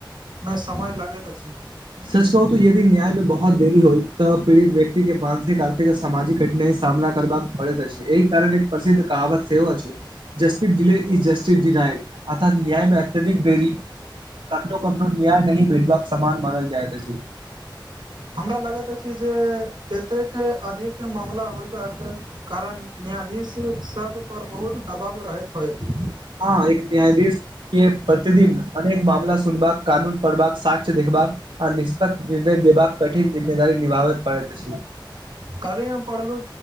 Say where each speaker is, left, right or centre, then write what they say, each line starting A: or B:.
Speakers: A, on the right; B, on the right.
A: में समय लगैत अछि
B: सच कहू तऽ यदि न्याय मे बहुत देरी होई तऽ पीड़ित व्यक्ति के मानसिक आर्थिक स् सामाजिक कठिनाई सामना करबाक पड़ैत अछि एहि कारण एक प्रसिद्ध कहावत सेहो अछि justice delay is justice denied अतः न्याय मे अत्यधिक बेरी कखनो कखनो न्याय नहि भेदबाक समान मानल जाय दहिंन
A: हमरा लगैत अछि जे एतेक अधिक मामला होयबाक कारण न्यायाधीश सभ पर बहुत दबाव रहैत होइत
B: हँ एक न्यायाधीश के प्रतिदिन अनेक मामला सुनबाक कानून पढ़बाक साक्ष्य देखबाक आ निष्पक्ष निर्णय देबाक कठिन जिम्मेदार निभावे पड़ैत अछि
A: कल्हि हम पढ़लु